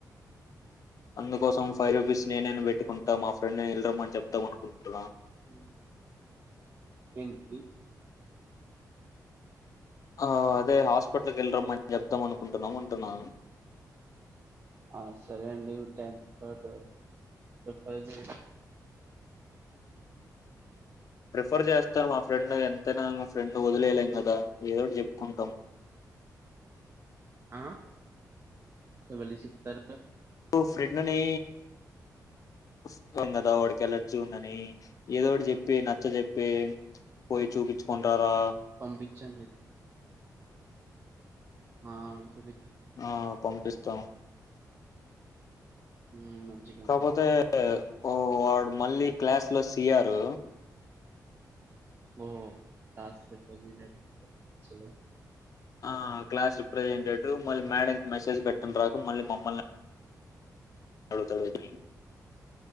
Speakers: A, on the left (about 55°); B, on the right (about 35°).
A: అందుకోసం ఫైవ్ రూపీస్ నేనే న్ పెట్టుకుం ట మా ఫ్రెండ్ ని వెల్లరమ్మని చెప్తాం అనుకుంటున్నా
B: మ్మ్ ఎన్ ది
A: ఆ అదే హాస్పిటల్ కి వెళ్ళిరమ్మని చెప్దాం అనుకుంటున్నాం అంటున్నా
B: ఆ సరే అండి ట్రంప్ కార్డ్ ప్రిఫర్ జేసి
A: ప్రిఫర్ చేస్తారు మా ఫ్రెండ్ ఎంతైనా మా ఫ్రెండ్ వదిలేయలేం కదా ఏదోటి జెప్పుకుంటాం
B: ఆ సవలి చిత్తర
A: మా ఫ్రెండ్ ని ఉస్తాం గదా వాడికి ఎలర్జీ ఉందని ఏదోటి చెప్పి నచ్చ జెప్పి పోయి చూపించుకుని రారా
B: పంపిచ్చండి ఆ చూడి
A: ఆ పంపిస్తాం
B: ఉమ్ మంచిగా
A: కాబోతే ఓ వాడు మళ్ళీ క్లాస్ లో సీఆర్
B: ఓ రాసి బె నెచ్చే
A: ఆ క్లాస్ రిప్రెజెంటెడ్ నీవు మళ్ళీ మేడంకి మెసేజ్ పెట్టం రాక మళ్ళీ మమ్మల్ని అడుతాడో అని